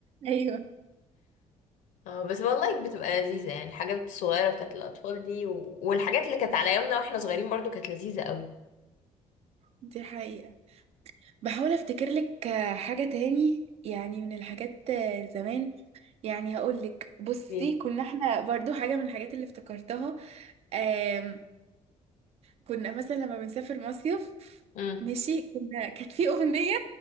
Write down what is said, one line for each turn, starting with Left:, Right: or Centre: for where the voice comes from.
Right: ايوه
Left: اه بس والله بتبقى لذيذه يعني الحاجات الصغيره بتاعت الاطفال دي و... والحاجات اللي كانت على يومنا واحنا صغيرين برضو كانت لذيذه قوي
Right: دي حقيقه بحاول افتكر لك آه، حاجة تاني يعني من الحاجات آه، زمان يعني هقول لك بصي
Left: ليه
Right: كنا احنا برضو حاجة من الحاجات اللي افتكرتها آم، كنا مثلا لما بنسافر مصيف
Left: امم
Right: ماشي كنا كانت في أغنية